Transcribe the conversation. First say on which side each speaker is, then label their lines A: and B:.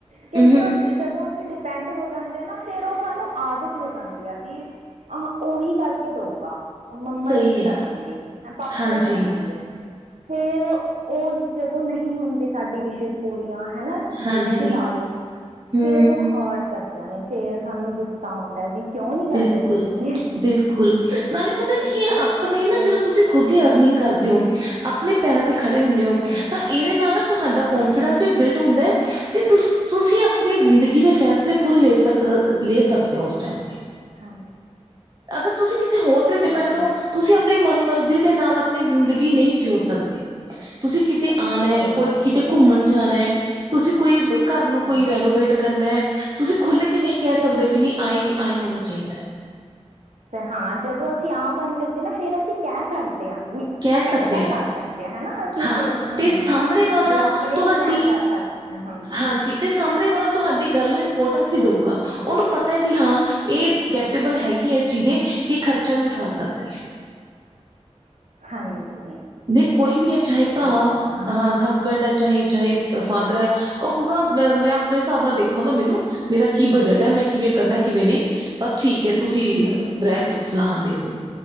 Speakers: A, on the right (about 85°); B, on the right (about 40°).
A: ਕਿਉਂਕਿ
B: ਹੂੰ,
A: ਉਹ ਜਦੋਂ ਅਸੀਂ ਡਿਪੈਂਡ ਹੋ। ਜਾਂਦੇ ਨਾ ਫੇਰ ਉਹ ਸਾਨੂੰ ਆਦਤ ਹੋ ਜਾਂਦੀ ਆ ਵੀ ਆਹ ਉਹੀ ਕਰਕੇ ਦਊਗਾ। ਮੰਮਾ
B: ਸਹੀ
A: ਹੀ
B: ਹੈ
A: ਕਰਨਗੇ, ਪਾਪਾ
B: ਹਾਂਜੀ
A: ਹੀ ਕਰਨਗੇ। ਫੇਰ, ਉਹ ਜਦੋਂ ਨਹੀਂ ਹੁੰਦੀ ਸਾਡੀ ਵਿਸਿਸ ਪੂਰੀਆਂ ਹਨਾ। ਜਿਵੇਂ
B: ਹਾਂਜੀ
A: ਵੀ ਲਾ ਲਓ
B: ਹਮ
A: ਫੇਰ ਉਹ ਹਰਟ ਕਰਦੀਆਂ ਨੇ ਫੇਰ ਸਾਨੂੰ ਗੁੱਸਾ ਆਉਂਦਾ ਐ ਵੀ ਕਿਉਂ ਨਹੀਂ ਕਰ
B: ਬਿਲਕੁਲ,
A: ਰਹੇ ਤੁਸੀਂ
B: ਬਿਲਕੁਲ
A: ਫਿਰ
B: ਨਾਲੇ ਪਤਾ ਕੀ
A: ਇਸ
B: ਹੈ
A: ਕਰਕੇ
B: ਆਪਣੇ ਨਾ ਜਦੋਂ ਤੁਸੀਂ ਖੁਦ ਹੀ ਅਰਨਿੰਗ ਕਰਦੇ ਹੋ, ਆਪਣੇ ਪੈਰਾਂ ਤੇ ਖੜੇ ਹੁੰਨੇ ਔ
A: ਹਾਂਜੀ
B: ਤਾਂ ਇਹਦੇ ਨਾਲ ਨਾ ਤੁਹਾਡਾ ਕੋਂਫੀਡੈਂਸ ਵੀ ਬਿਲਡ ਹੁੰਦਾ ਹੈ ਤੇ ਤੁ ਤੁਸੀਂ ਆਪਣੀ ਜ਼ਿੰਦਗੀ ਦੇ ਫੈਸਲੇ
A: ਹਾਂ
B: ਖੁਦ ਲੈ ਸਕ ਅ ਲੈ ਸਕਦੇ ਹੋ ਉਸ ਟਾਈਮ ਤੇ।
A: ਹਾਂਜੀ।
B: ਅਗਰ, ਤੁਸੀਂ ਕਿਸੇ ਹੋਰ ਤੇ
A: ਇਹ
B: ਡਿਪੈਂਡ
A: ਤਾਂ
B: ਹੋ
A: ਹੈ
B: ਤੁਸੀਂ ਆਪਣੀ ਮਨ ਮਰਜ਼ੀ ਦੇ ਨਾਲ ਆਪਣੀ ਜ਼ਿੰਦਗੀ ਨਹੀਂ ਜੋ ਸਕਦੇ ਤੁਸੀਂ ਕਿਤੇ ਆਉਣਾ,
A: ਸਹੀ
B: ਕੋਈ
A: ਗੱਲ
B: ਕਿਤੇ
A: ਆ
B: ਘੁੰਮਣ ਜਾਣਾ ਤੁਸੀਂ ਕੋਈ। ਘਰ ਨੂੰ ਕੋਈ
A: ਹਾਂਜੀ
B: ਰੈਨੋਵੇਟ ਕਰਨਾ ਤੁਸੀਂ ਖੁੱਲ ਕੇ ਨਹੀਂ ਕਹਿ ਸਕਦੇ ਵੀ ਨੀ ਅਏ ਨੀ ਅਏ ਹੋਣਾ ਚਾਹੀਦਾ।
A: ਹਾਂ, ਜਦੋਂ ਅਸੀਂ ਆਪ ਅਰਨ ਕਰਦੇ ਨਾ ਫਿਰ ਅਸੀਂ ਕਹਿ ਸਕਦੇ ਆਂ।
B: ਕਹਿ ਸਕਦੇ
A: ਇਦਾਂ
B: ਹੈ
A: ਕਰ ਸਕਦੇ ਹੈਨਾ ਅਸੀਂ,
B: ਹਾਂ
A: ਫਿਰ ਹਾਂ
B: ਤੇ ਸਾਹਮਣੇ ਵਾਲਾ
A: ਵੀ ਆਪਣੇ
B: ਤੁਹਾਡੀ
A: ਵੀ ਪਲੈਨ ਦੱਸ ਸਕਦੇ। ਹਾਂ।
B: ਹਾਂਜੀ, ਤੇ ਸਾਹਮਣੇ ਵਾਲਾ ਤੁਹਾਡੀ ਗੱਲ ਨੂੰ ਇੰਪੋਰਟੈਂਸ ਵੀ ਦਊਗਾ ਉਹਨੂੰ ਪਤਾ ਹੈ ਵੀ ਹਾਂ। ਇਹ
A: ਹਾਂ
B: ਕੈਪੇਬਲ ਹੈਗੀ ਹੈ ਇਸ ਚੀਜ਼ ਕਿ ਖਰਚਾ ਵੀ ਉਠਾ ਸਕਦੇ ਹੈ।
A: ਹਾਂਜੀ।
B: ਨਹੀਂ ਕੋਈ ਵੀ ਹੈ ਚਾਹੇ ਭਰਾ
A: ਸਹੀ ਗੱਲ ਆ
B: ਹ ਹਸਬੈਂਡ ਹੈ ਚਾਹੇ, ਚਾਹੇ ਫਾਦਰ ਹੈ ਉਹ ਮੈਂ ਆਪਣੇ ਹਿਸਾਬ ਨਾਲ ਦੇਖਣ ਨਾ ਮੈਨੂੰ ਮੇਰਾ ਕੀ ਬਜਟ ਐ ਮੈਂ ਕਿਵੇਂ ਕਰਨਾ
A: ਹਾਂ
B: ਕਿਵੇਂ ਨਹੀਂ। ਬਸ ਠੀਕ ਐ, ਤੁਸੀਂ
A: ਹਮ
B: ਰਹਿਣ ਦੋ ਸਲਾਹਾਂ ਦੇਣ ਨੂੰ।